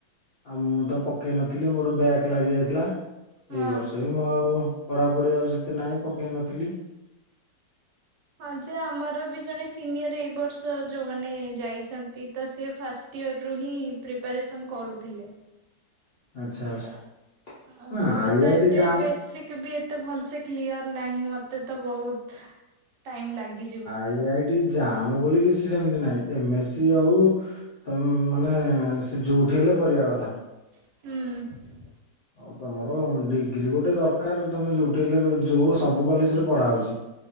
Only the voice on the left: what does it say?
ଆଉ ମୁଁ ତ ପକେଇ ନଥିଲି ମୋର ବ୍ୟାକ୍ ଲାଗି ଯାଇଥିଲା
ଏଇ ବର୍ଷ ହିଁ ମୁଁ ଆଉ ପଢାପଢି ଆଉ ସେତେ ନହିଁ ପକେଇ ନଥିଲି।
ଆଚ୍ଛା ଆଚ୍ଛା।
ହଁ
ଆଇ
ଆଇ
ଟି ଜାମ୍
<unintelligible> ଯାଆମ ବୋଲି କିଛି ସେମିତି ନାହିଁ ଏମ ଏ ସି ହଉ ତମ୍ ମାନେ ସେ ଯୋଉଠି ହେଲେ କରିବା କଥା।
ଆଉ ତମର ଡିଗ୍ରୀ ଗୋଟେ ଦରକାର ତମେ ଯୋଉଠି ହେଲେ ଯୋ ଯୋଉ ସବୁ କଲେଜରେ ପଢା ହଉଛି।